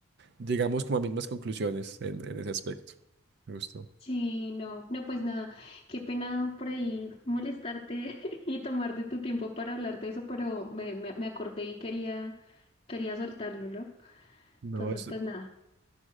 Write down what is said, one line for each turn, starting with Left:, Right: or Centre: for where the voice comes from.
Right: llegamos como a mismas conclusiones en, en ese aspecto. Me gustó.
Left: Sí, no, no, pues nada, qué pena por ahí molestarte <laughs> y tomar de tu tiempo para hablar de eso, pero me, me, me acordé y quería, quería soltarlo, ¿no?
Right: No,
Left: Entonces,
Right: eso,
Left: pues nada.